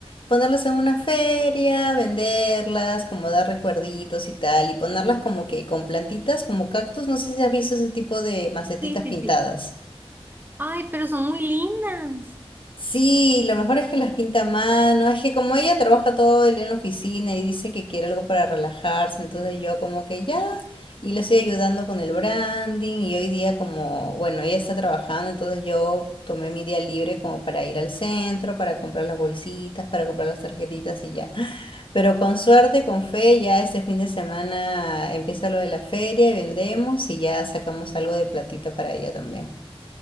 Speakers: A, on the left; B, on the right.
A: ponerlas en una feria, venderlas, como dar recuerditos y tal, y ponerlas como que con plantitas, como cactus. No sé si has visto ese tipo de macetitas
B: Sí, sí,
A: pintadas.
B: sí. Ay, pero son muy lindas.
A: Sí, lo mejor es que las pinta a mano, es que como ella trabaja todo el día en la oficina y dice que quiere algo para relajarse, entonces yo como que ya, y le estoy ayudando con el branding y hoy día como, bueno, ella está trabajando, entonces yo tomé mi día libre como para ir al centro, para comprar las bolsitas, para comprar las tarjetitas y ya. <gasps> Pero con suerte, con fe, ya este fin de semana empieza lo de la feria y vendemos y ya sacamos algo de platita para ella también.